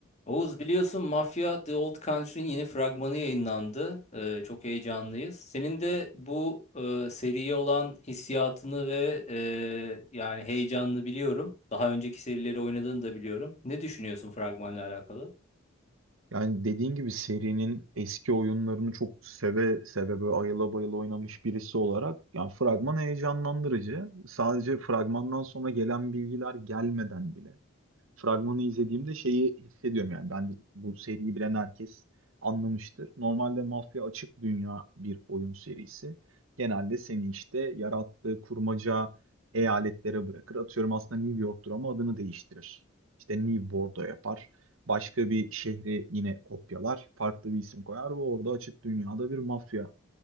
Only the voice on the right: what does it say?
Yani dediğin gibi serinin eski oyunlarını çok seve seve böyle ayıla bayıla oynamış birisi olarak yani fragman heyecanlandırıcı. Sadece fragmandan sonra gelen bilgiler gelmeden bile fragmanı izlediğimde şeyi hissediyorum yani ben de- bu seriyi bilen herkes anlamıştır. Normalde mafya açık dünya bir oyun serisi. Genelde seni işte yarattığı kurmaca eyaletlere bırakır. Atıyorum aslında New York'tur ama adını değiştirir. İşte New Bordeaux yapar. Başka bir şehri yine kopyalar. Farklı bir isim koyar ve orada açık dünyada bir mafya